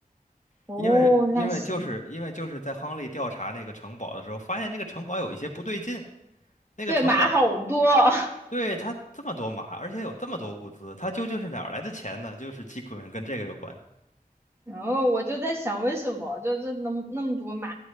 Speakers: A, on the left; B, on the right.
A: <laughs>
B: 哦，
A: 因为因为就是因为就是在亨利调查那个城堡的时候，
B: 那行，
A: 发现那个城堡有一些不对劲，那个城堡
B: 对马好多。
A: 对他这么多马，而且有这么多物资，他究竟是哪儿来的钱呢？就是基本上跟这个有关。
B: 然后我就在想，为什么就是那么那么多码，